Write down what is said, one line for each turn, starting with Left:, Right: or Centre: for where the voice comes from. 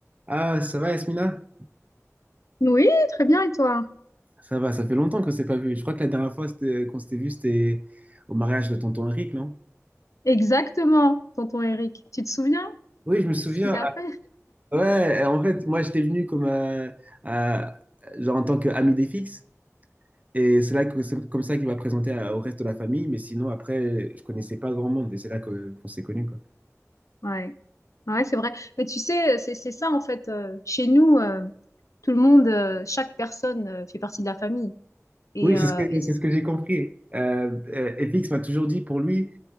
Right: Ah, ça va, Yasmina?
Left: Oui, très bien, et toi?
Right: Ça va, ça fait longtemps qu'on s'est pas vu. Je crois que la dernière fois c'était- qu'on s'était vu, c'était au mariage de tonton Henrik, non?
Left: Exactement, tonton Eric. Tu te souviens
Right: Oui, je me souviens.
Left: ce qu'il a
Right: Ah,
Left: fait?
Right: Ouais, en fait, moi j'étais venu comme euh, euh, genre en tant qu'ami des fixes, et c'est là que c'est comme ça qu'il m'a présenté à- au reste de la famille. Mais sinon, après, je connaissais pas grand monde, et c'est là que- qu'on s'est connus, quoi.
Left: Ouais, ouais, c'est vrai. Mais tu sais, c'est c'est ça en fait. euh, Chez nous, euh, tout le monde, euh, chaque personne euh, fait partie de la famille. Et
Right: Oui,
Left: euh,
Right: c'est ce que,
Left: et
Right: c'est
Left: c'est-
Right: ce que j'ai compris. Euh, euh, FX m'a toujours dit pour lui,